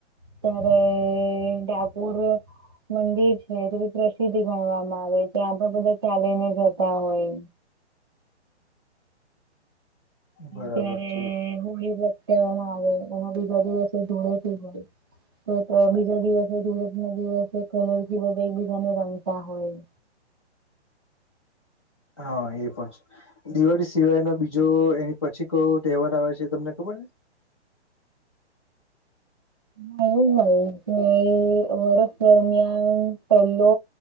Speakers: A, on the right; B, on the left.
A: ત્યારે ડકોર અ મંદિર છે બી પ્રસિદ્ધ ગણવામાં આવે ત્યાં પણ બધા ચાલી ને જતા હોય
B: બરાબર
A: ત્યારે
B: છે
A: હોળી પ્રગટાવવામાં આવે એમાં બીજા દિવસે ધૂળેટી હોય તો બીજા દિવસે ધરક ના દિવસે કલર થી બધા એકબીજાને રંગતા હોય
B: હા એ પણ છે. દિવાળી સિવાયનો બીજો એની પછી કયો તહેવાર આવે છે તમને ખબર છે
A: હા, એવું હોય કે વર્ષ દરમિયાન પહેલો